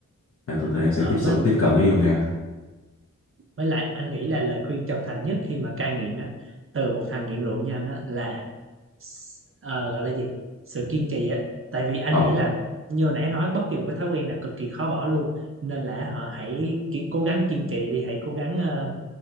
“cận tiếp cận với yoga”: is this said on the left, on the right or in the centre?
Left